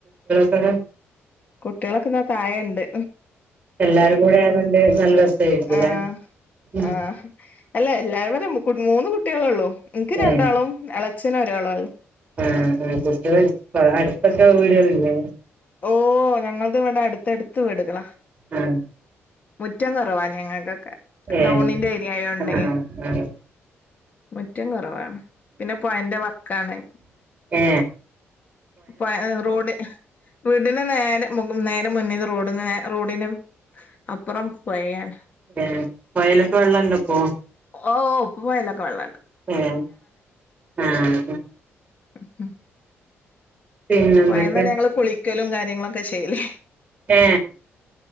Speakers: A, on the right; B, on the left.
A: അതെ
B: കുട്ടികളൊക്കെ ഇതാ താഴെ ഇണ്ട്.
A: എല്ലാരും കൂടെ അതുകൊണ്ട് നല്ല രസായിരിക്കൂലേ
B: ആഹ്
A: ഉം.
B: ആഹ് അല്ല എല്ലാവരും മൂന്ന് കുട്ടികളെ ഉള്ളൂ. എനിക്ക്
A: ഏഹ്
B: രണ്ടാളും എ അച്ഛന് ഒരാള്.
A: ആഹ് കുട്ടികളെ അടുത്തടുത്ത്. വീടുകള് ഇല്ലേ.
B: ഓ ഞങ്ങളത് ഇവിടെ അടുത്തടുത്ത് വീടുകളാ
A: ആ
B: മുറ്റം കുറവാ ഞങ്ങക്കൊക്കെ
A: ഏഹ്
B: ടൗണിന്റെ ഏരിയായോണ്ടേ
A: ആഹ് ആഹ്
B: മുറ്റം കുറവാ പിന്നെ പൊയേന്റെ വക്കാണ്
A: ഏ
B: പൊ അ റോഡ് വീടിന് നേരെ മു നേരെ മുന്ന്ന്ന് റോഡ് ന്ന് റോഡിനും അപ്പുറം പൊയയാണ്
A: ഏ പൊയയിലൊക്കെ വെള്ളണ്ടൊപ്പോ
B: ഓ ഇപ്പൊ പൊയേലൊക്കെ വെള്ളായി
A: ഏ ആഹ
B: ഉ ഹും
A: പിന്നെന്തൊക്കെ
B: പൊയേന്നല്ലേ ഞങ്ങള് കുളി ക്കലും കാര്യങ്ങളൊക്കെ ചെയ്യല്
A: ഏ